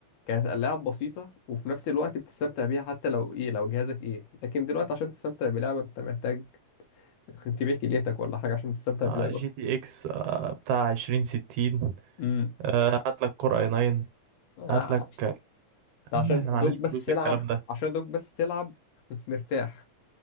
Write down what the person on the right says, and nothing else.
آه،
جي تي اكس آه، بتاع عشرين ستين
آه، هات لك كور اي ناين
هات لك يا
عم احنا معناش
فلوس
الكلام ده